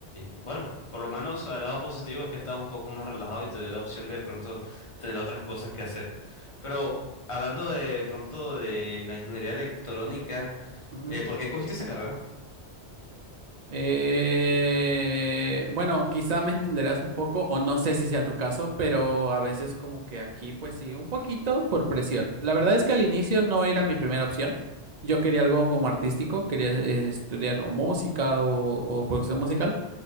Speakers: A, on the left (about 30°); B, on the right (about 55°).
A: Bueno, por lo menos el lado positivo es que estás un poco más relajado y te dio la opción de pronto tener otras cosas que hacer. Pero hablando de pronto de la ingeniería electrónica,
B: Ujú.
A: eh, ¿por qué escogiste esa carrera?
B: Eh, bueno, quizá me entenderás un poco, o no sé si sea tu caso, pero a veces como que aquí, pues sí, un poquito por presión. La verdad es que al inicio no era mi primera opción. Yo quería algo como artístico, quería eh, estudiar o música o, o producción musical.